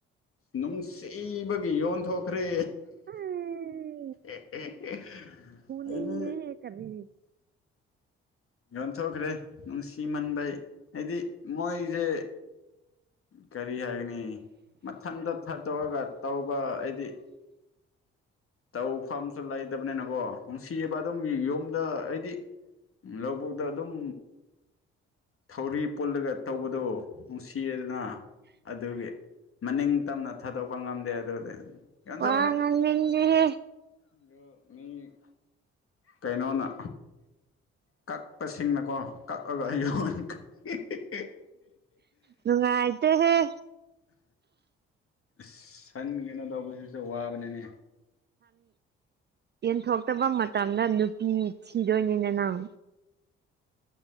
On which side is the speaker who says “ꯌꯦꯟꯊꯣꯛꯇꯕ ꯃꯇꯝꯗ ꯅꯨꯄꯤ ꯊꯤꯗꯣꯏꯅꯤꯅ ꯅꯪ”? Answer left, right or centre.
Right